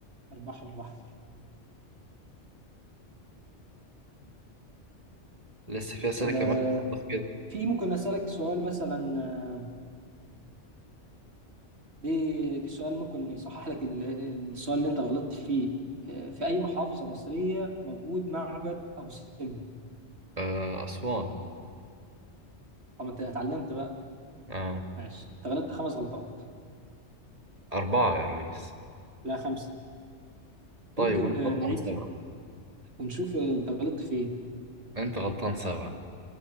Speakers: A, on the right; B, on the right.
A: البحر الأحمر
B: لسه في اسئله
A: آه
B: كمان بس كده
A: في ممكن أسألك سؤال مثلا آه، دي دي سؤال ممكن يصحح لك ال- السؤال اللي أنت غلطت فيه آه في أي محافظة مصرية موجود معبد أبو سمبل
B: آه اسوان
A: أو ما أنت اتعلمت بقى
B: اه
A: ماشي أنت غلطت خمس غلطات
B: اربعه يا ريس
A: لا خمسة
B: طيب
A: ممكن
B: وانت
A: آه،
B: غلطان
A: نعيد
B: سبعة
A: ونشوف آه، أنت غلطت فين
B: انت غلطان سبعة